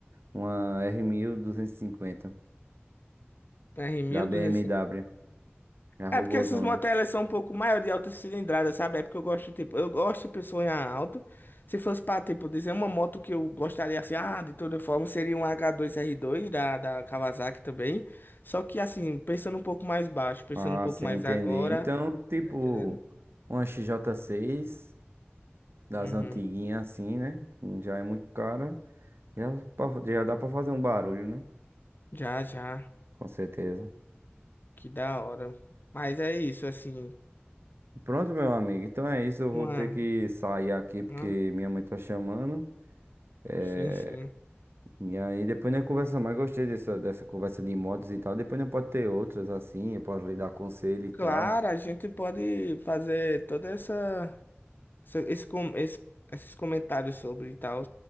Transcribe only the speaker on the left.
R1250.
É
porque essas motos elas são um pouco maior de alta cilindrada, sabe? É porque eu gosto, tipo, eu gosto de pessoa em alto. Se fosse pra, tipo, dizer uma moto que eu gostaria, assim, ah, de toda forma, seria um H2R2 da, da Kawasaki também. Só que, assim, pensando um pouco mais baixo, pensando
um pouco
mais
agora.
Tá entendendo?
Uhum.
Já, já.
Que da hora. Mas é isso, assim,
uma,
uma-
sim, sim.
Claro, a gente pode fazer toda essa, essa- esse, com- esse- esses comentários sobre e tal.